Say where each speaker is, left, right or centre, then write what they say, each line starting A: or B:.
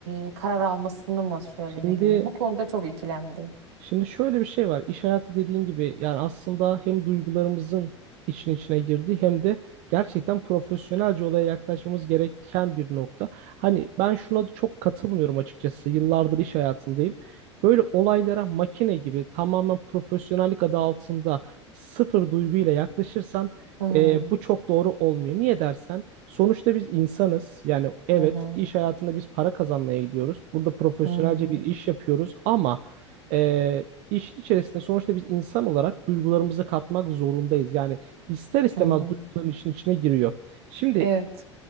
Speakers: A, on the right; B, on the right.
A: e, karar almasını mı söylemeliyim?
B: Şimdi
A: Bu konuda çok ikilemdeyim.
B: Şimdi şöyle bir şey var. İş hayatı dediğin gibi yani aslında hem duygularımızın için içine girdiği hem de gerçekten profesyonelce olaya yaklaşmamız gereken bir nokta. Hani ben şuna da çok katılmıyorum açıkçası. Yıllardır iş hayatındayım. Böyle olaylara makine gibi tamamen profesyonellik adı altında sıfır duyguyla yaklaşırsan
A: Hmm,
B: e, bu çok doğru olmuyor. Niye dersen sonuçta biz insanız. Yani evet
A: Hı hı,
B: iş hayatında biz para kazanmaya gidiyoruz. Burada profesyonelce
A: hı hı,
B: bir iş yapıyoruz ama e, işin içerisinde sonuçta biz insan olarak duygularımızı katmak zorundayız. Yani ister istemez
A: hı hı.
B: duyguların işin içine giriyor. Şimdi
A: Evet.